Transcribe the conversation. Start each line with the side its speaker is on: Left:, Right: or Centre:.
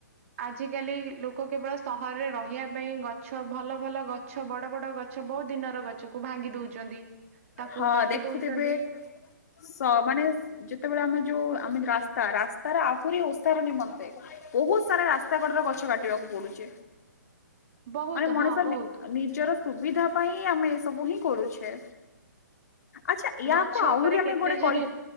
Right: ଆଜିକାଲି ଲୋକ କେବଳ ସହରରେ ରହିବା ପାଇଁ ଗଛ ଭଲ ଭଲ ଗଛ ବଡ଼ ବଡ଼ ଗ ଗଛ ବହୁତ୍ ଦିନର ଗଛକୁ ଭାଙ୍ଗି ଦଉଚନ୍ତି ତାକୁ
Left: ହଁ
Right: କାଟି
Left: ଦେଖୁଥିବେ
Right: ଦଉଚନ୍ତି।
Left: ସ ମାନେ ଯେତେବେଳେ ଆମେ ଯୋଉ ଆମ ରାସ୍ତା ରାସ୍ତାରେ ଆହୁରି ଓସାର ନିମନ୍ତେ ବହୁତ୍ ସାରା ରାସ୍ତା କଡ଼ରେ ଗଛ କାଟିବାକୁ ପଡ଼ୁଛି।
Right: ବହୁତ
Left: ମାନେ ମଣିଷ
Right: ହଁ ବହୁତ
Left: ନିଜର ସୁବିଧା ପାଇଁ ଆମେ ଏ ସବୁ ହିଁ କରୁଛେ। ଆଚ୍ଛା ଇଆକୁ
Right: ଗଛ
Left: ଆହୁରି
Right: ଉପରେ
Left: ଆମେ
Right: କେତେ
Left: ଗୋଟେ
Right: ଯେ
Left: କହି
Right: ନି